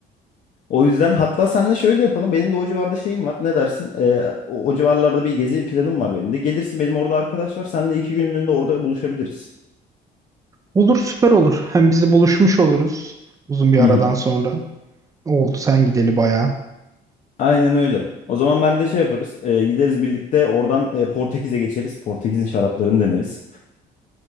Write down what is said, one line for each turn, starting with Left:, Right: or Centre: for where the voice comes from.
Left: O yüzden hatta senle şöyle yapalım. Benim de o civarda şeyim var. Ne dersin? E, o, o civarlarda bir gezi planım var benim de. Gelirsin benim orada arkadaş var. Seninle iki günlüğüne orada buluşabiliriz.
Right: Olur, süper olur. Hem biz de buluşmuş oluruz uzun bir aradan
Left: Hı hı.
Right: sonra. Oldu sen gideli bayağı.
Left: Aynen öyle. O zaman ben de şey yaparız. e, gideriz birlikte oradan e, Portekiz'e geçeriz. Portekiz'in şaraplarını deneriz.